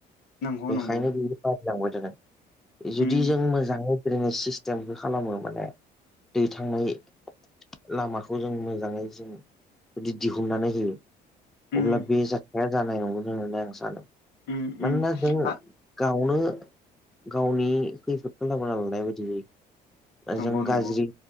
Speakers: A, on the left; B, in the centre.
A: नंगौ
B: बेखायनो
A: नंगौ
B: बियो बारायलांबाय थादों जुदि
A: उम
B: जों मोजांङै नो सिस्टेमखौ खालामो माने दै थांनाय लामाखौ जों मोजांङै जों जुदि दिहुननानै होयो
A: उम
B: अब्ला बे जा हाया जानाय नंगौ होननानै आं सानो
A: उम उम
B: मानोना जोंङो
A: आ
B: गावनो गावनि खैफोदखौ लाबोन लांनाय बायदि जायो
A: नंगौ
B: जों
A: नंगौ
B: गाज्रि